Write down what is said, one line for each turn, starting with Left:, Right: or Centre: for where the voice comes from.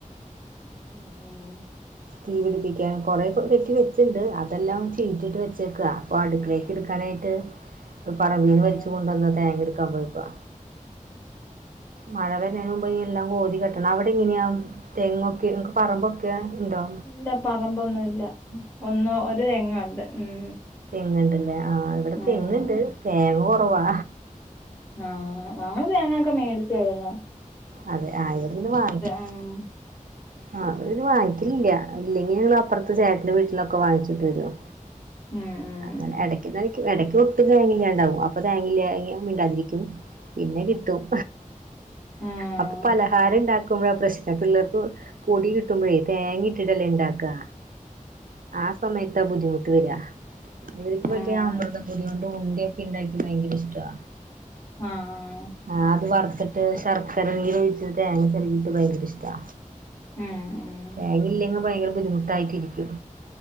Left: ഉം ഉം
Right: തീ പിടിപ്പിക്കാൻ കൊറെ ഒക്കെ കെറ്റി വെച്ചിണ്ട് അതെല്ലാം ചീറ്റിട്ട് വെച്ചേക്ക അപ്പൊ അടുക്കലേ എടുക്കാനായിട്ട് പറമ്പീന്ന്
Left: ആഹ്
Right: വലിച്ചു കൊണ്ടന്നാ തേങ്ങ എടുക്കാൻ പോയിപ്പോ മഴ വരുന്നതിന് മുമ്പ് എല്ലാം കോതി കെട്ടണം അവിടെ ഇങ്ങനെയാ തെങ്ങൊക്കെ പറമ്പൊക്കെ ഉണ്ടോ
Left: ഇല്ല പറമ്പൊന്നും ഇല്ല ഒന്ന് ഒരു തെങ്ങ ഉണ്ട് ഉം
Right: തെങ്ങിണ്ടല്ലേ ആഹ് ഇവിടെ
Left: ഉം
Right: തെങ്ങിണ്ട് തേങ്ങ കൊറവാ
Left: ആഹ് ഞങ്ങള് തേങ്ങൊക്കെ മേടിച്ചാരുന്നു
Right: അതെ ആഹ് ഇവിടെ നിന്ന് വാങ്ങിക്ക
Left: ഉം
Right: ആഹ് ഇവിടെ പിന്നെ വാങ്ങിക്കലില്ല ഇല്ലെങ്കി ഞങ്ങളു അപ്പുറത്ത് ചേട്ടന്റെ വീട്ടിലൊക്കെ വാങ്ങിച്ചിട്ട് വരും
Left: ഉം
Right: അങ്ങനെ
Left: ഉം
Right: <unintelligible> എടക്ക് ഒട്ടും തേങ്ങില്ലാണ്ടാവും അപ്പൊ തേങ്ങില്ലാ മിണ്ടാതിരിക്കും പിന്നെ കിട്ടും
Left: ഉം ആഹ്
Right: അപ്പം പലഹാരം ഇണ്ടാക്ക്മ്പോഴാ പ്രശ്നം പിള്ളേർക്ക് പൊടി കിട്ടുമ്പാഴേ തേങ്ങാ ഇട്ടാല്ലേ ഇണ്ടാക്ക്യാ ആഹ് സമയത്താ ബുദ്ധിമുട്ട് വെര്യാ ഇവരക്ക്
Left: ആഹ്
Right: മറ്റേ അമൃതപൊടിയോ ണ്ട് ഉണ്ടയ്യേക്കെ ഇണ്ടാക്ക്ന്നാ ബയങ്കര ഇഷ്ടവ്യാ
Left: ആഹ് ആഹ്
Right: ആഹ് അത് വറ്ത്തിട്ട് ശർക്കര നീര് ഒഴിച്ചട്ട് തേങ്ങ ചേരാകിട്ട് ഭയങ്കര ഇഷ്ടാ
Left: ഉം ഉം
Right: തേങ്ങാ ഇല്ലെങ്കി ഭയങ്കര ബുദ്ധിമുട്ടായിരിക്കും